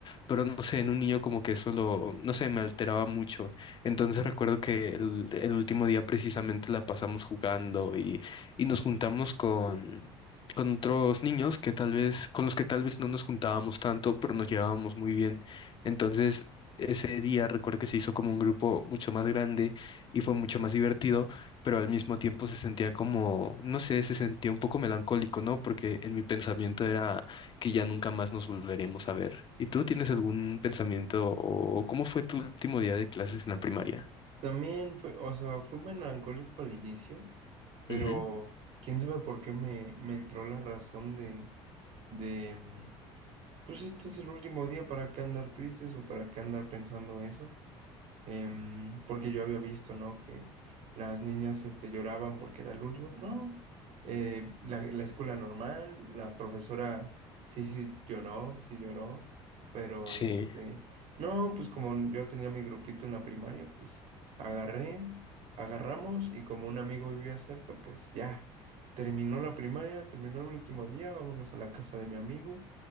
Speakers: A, on the left; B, on the right.
A: pero no sé, en un niño como que eso lo, no sé, me alteraba mucho. Entonces recuerdo que el, el último día precisamente la pasamos jugando y, y nos juntamos con con otros niños que tal vez, con los que tal vez no nos juntábamos tanto, pero nos llevábamos muy bien. Entonces, ese día recuerdo que se hizo como un grupo mucho más grande y fue mucho más divertido, pero al mismo tiempo se sentía como, no sé, se sentía un poco melancólico, ¿no? Porque en mi pensamiento era que ya nunca más nos volveremos a ver. ¿Y tú tienes algún pensamiento o cómo fue tu último día de clases en la primaria?
B: También fue, o sea, fue melancólico al inicio, pero
A: Ujú,
B: quién sabe por qué me, me entró la razón de, de, mm, pues este es el último día, ¿para qué andar tristes o para qué andar pensando eso? em, porque yo había visto, ¿no? Que las niñas este, lloraban porque era el último. No, eh, la, la escuela normal, la profesora sí, sí lloró, sí lloró, pero
A: Sí,
B: este, no, pues como yo tenía mi grupito en la primaria, pues agarré, agarramos y como un amigo vivía cerca, pues ya. Terminó la primaria, terminó el último día, vámonos a la casa de mi amigo.